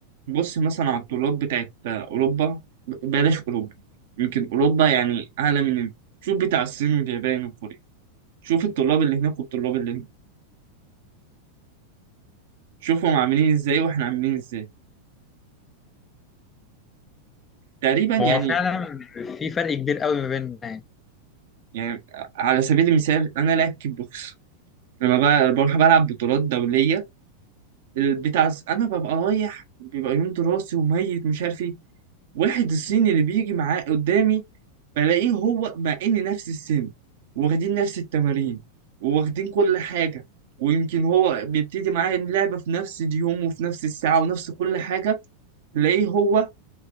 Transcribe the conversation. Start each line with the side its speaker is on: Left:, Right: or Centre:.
Right: بص مثلا على الطلاب بتاعت اوروبا بلاش اوروبا يمكن اوروبا يعني اعلى من شوف بتاع الصين واليابان وكوريا شوف الطلاب اللي هناك والطلاب اللي هنا شوفهم عاملين ازاي واحنا عاملين ازاي تقريبا يعني
Left: ما هو فعلا في فرق كبير قوي ما بيننا يعني
Right: يعني على سبيل المثال انا لاعب كيك بوكس لما بقى بروح بلعب بطولات دوليه البتاع انا ببقى رايح بيبقى يوم دراسي وميت مش عارف ايه واحد الصيني اللي بيجي معاه قدامي بلاقيه هو مع ان نفس السن واخدين نفس التمارين وواخدين كل حاجه ويمكن هو بيبتدي معايا اللعبه في نفس اليوم وفي نفس الساعه ونفس كل حاجه تلاقيه هو